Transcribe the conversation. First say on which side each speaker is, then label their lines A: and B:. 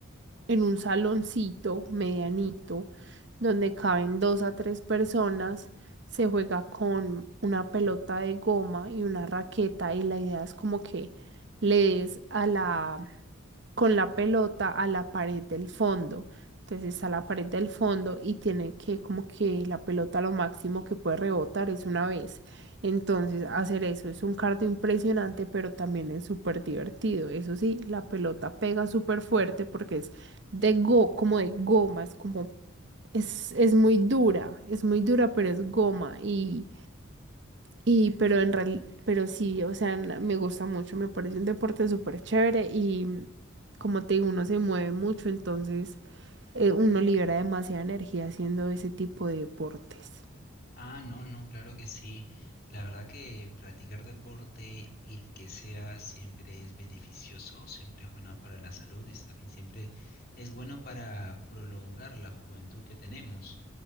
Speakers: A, on the right; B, on the left.
A: en un saloncito medianito donde caben dos a tres personas. Se juega con una pelota de goma y una raqueta y la idea es como que le des a la, con la pelota a la pared del fondo. Entonces a la pared del fondo y tiene que como que la pelota lo máximo que puede rebotar es una vez. Entonces hacer eso es un cardio impresionante, pero también es súper divertido. Eso sí, la pelota pega súper fuerte porque es de go, como de gomas, como es, es muy dura, es muy dura, pero es goma. Y, y pero en realidad, pero sí, o sea, na- me gusta mucho, me parece un deporte súper chévere y como te digo, uno se mueve mucho, entonces eh, uno libera demasiada energía haciendo ese tipo de deportes.
B: Ah, no, no, claro que sí. La verdad que practicar deporte, y el que sea, siempre es beneficioso, siempre es bueno para la salud y también siempre es bueno para prolongar la juventud que tenemos,